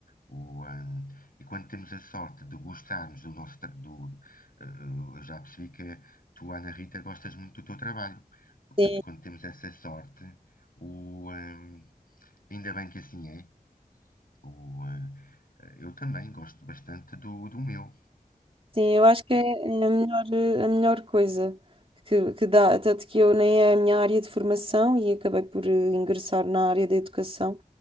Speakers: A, on the left (about 65°); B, on the right (about 35°).
A: O, ah, e quando temos a sorte de gostarmos do nosso tra- do, eh, eu já percebi que tu, Ana Rita, gostas muito do teu trabalho. Portanto,
B: Sim.
A: quando temos essa sorte, o, ah, ainda bem que assim é. O, ah, eu também gosto bastante do, do meu.
B: Sim, eu acho que é é a melhor, a melhor coisa que, que dá, tanto que eu nem é a minha área de formação e acabei por eh, ingressar na área da educação